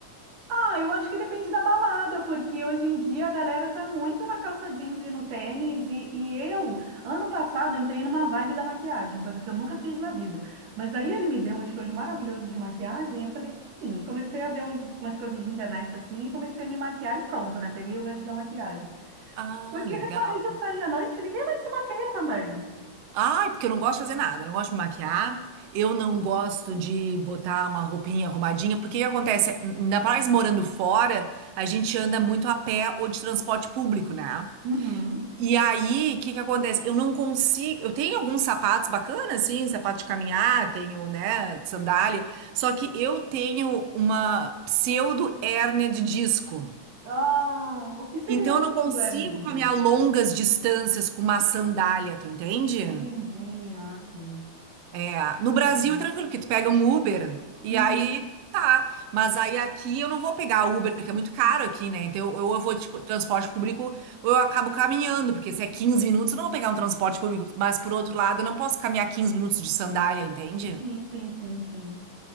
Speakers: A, on the right; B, on the right.
A: Ah, eu acho que depende da balada, porque hoje em dia a galera tá muito na calça jeans e no tênis. E, e eu, ano passado, eu entrei numa vibe da maquiagem, coisa que eu nunca fiz na vida. Mas aí ele me deu um estojo maravilhoso de maquiagem. Eu falei, hum, comecei a ver uns- umas coisas de internet assim, e comecei a me maquiar e pronto, né? Peguei o gancho da maquiagem.
B: Ah,
A: Só que
B: legal.
A: eu reparei que eu saí à noite e ninguém mais se maquia também.
B: Ai, porque eu não gosto de fazer nada, eu não gosto de me maquiar, eu não gosto de botar uma roupinha arrumadinha, porque o que acontece? Ainda mais morando fora, a gente anda muito a pé ou de transporte público, né?
A: Uhum.
B: E aí, o que que acontece? Eu não consigo. Eu tenho alguns sapatos bacanas, assim, sapato de caminhar, tenho, né, sandália. Só que eu tenho uma pseudo hérnia de disco.
A: Ah, o que seria
B: Então
A: uma
B: eu
A: pseudo-hernia
B: não consigo
A: de
B: caminhar
A: disco?
B: longas distâncias com uma sandália, tu entende?
A: Entendi, ah, sim.
B: É, no Brasil,
A: É muito.
B: é tranquilo, porque tu pega um Uber e
A: Uhum.
B: aí tá. Mas aí aqui eu não vou pegar Uber, que é muito caro aqui, né? Então eu, ou eu vou tipo, transporte público ou eu acabo caminhando, porque se é quinze minutos, eu não vou pegar um transporte público. Mas por outro lado, eu não posso caminhar 15 minutos de sandália, entende?
A: Sim, sim, sim, sim.